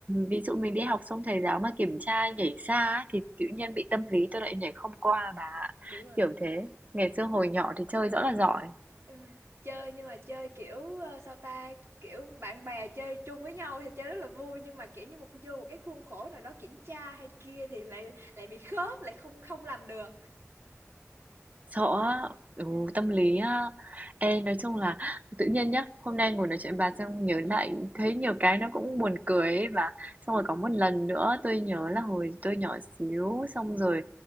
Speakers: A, on the right; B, on the right.
A: ví dụ mình đi học xong thầy giáo mà kiểm tra nhảy xa ấy, thì tự nhiên bị tâm lý tôi lại nhảy không qua bà ạ,
B: đúng rồi
A: kiểu
B: đúng
A: thế.
B: rồi
A: Ngày xưa hồi nhỏ thì chơi rõ là giỏi.
B: đúng rồi chơi nhưng mà chơi kiểu ờ, sao ta kiểu bạn bè chơi chung với nhau thì chơi rất là vui nhưng mà kiểu như một vô một cái khuôn khổ nào đó kiểm tra hay kia thì lại lại bị khớp lại không không làm được
A: Sợ á, ừ,
B: Ừm.
A: tâm lý á. Ê, nói chung là tự nhiên nhá, hôm nay ngồi nói chuyện bà xong nhớ lại thấy nhiều cái nó cũng buồn cười ấy và xong rồi có một lần nữa tôi nhớ là hồi tôi nhỏ xíu xong rồi